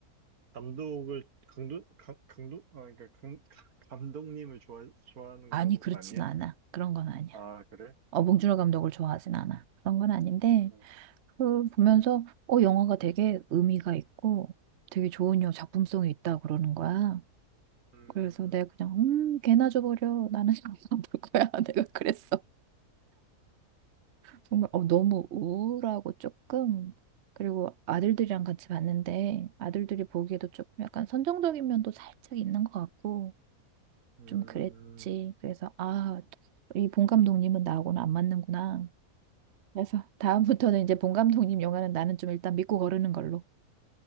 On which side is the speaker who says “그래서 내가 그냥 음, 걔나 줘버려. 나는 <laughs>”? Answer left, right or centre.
Right